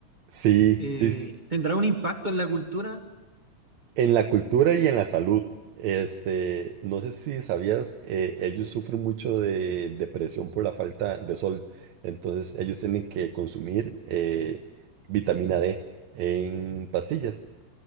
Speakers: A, on the right (about 70°); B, on the right (about 35°).
A: Sí,
B: Eh,
A: sí, sí.
B: ¿tendrá un impacto en la cultura?
A: En la cultura y en la salud, este, no sé si sabías, eh, ellos sufren mucho de depresión por la falta de sol, entonces ellos tienen que consumir eh, vitamina D en pastillas,